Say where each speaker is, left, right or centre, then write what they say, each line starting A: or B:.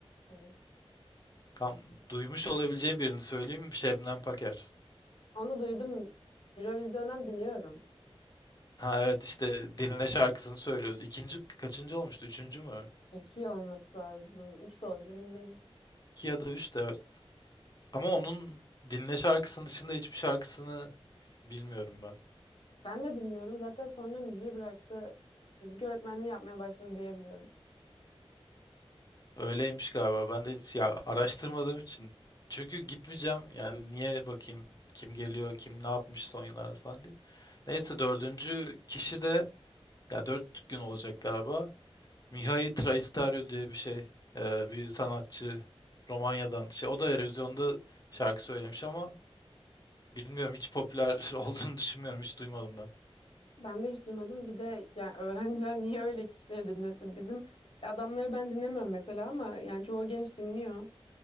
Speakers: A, on the left; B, on the left.
A: Evet.
B: Tam duymuş olabileceğim birini söyleyeyim. Şebnem Paker.
A: Onu duydum. Eurovision'dan biliyorum.
B: Ha evet işte Diline şarkısını söylüyordu. İkinci kaçıncı olmuştu? Üçüncü mü?
A: İki olması lazım. Üç de olabilir emin değilim.
B: İki ya da üç de evet. Ama onun Diline şarkısının dışında hiçbir şarkısını bilmiyorum ben.
A: Ben de bilmiyorum. Zaten sonra müziği bıraktı. Müzik öğretmenliği yapmaya başladı diyebiliyorum.
B: Öyleymiş galiba. Ben de hiç ya araştırmadığım için. Çünkü gitmeyeceğim. Yani niye bakayım kim geliyor, kim ne yapmış son yıllarda falan diye. Neyse dördüncü kişi de ya dört gün olacak galiba. Mihai Traistariu diye bir şey. Ee, bir sanatçı Romanya'dan. Şey, o da Eurovision'da şarkı söylemiş ama Bilmiyorum hiç popüler <laughs> olduğunu düşünmüyorum. Hiç duymadım ben.
A: Ben de hiç duymadım. Bir de yani öğrenciler niye öyle kişileri dinlesin? Bizim adamları ben dinlemiyorum mesela ama yani çoğu genç dinliyor.